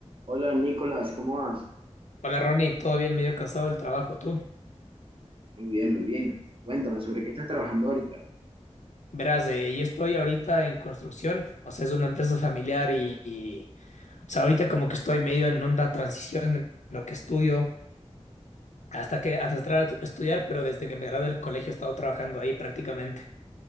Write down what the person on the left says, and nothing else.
Hola Ronnie, todo bien, medio cansado del trabajo, tú.
Verás, eh, yo estoy ahorita en construcción, o sea, es una empresa familiar y, y, o sea, ahorita como que estoy medio en una transición en lo que estudio, hasta que, hasta entrar a estudiar, pero desde que me gradué del colegio he estado trabajando ahí prácticamente.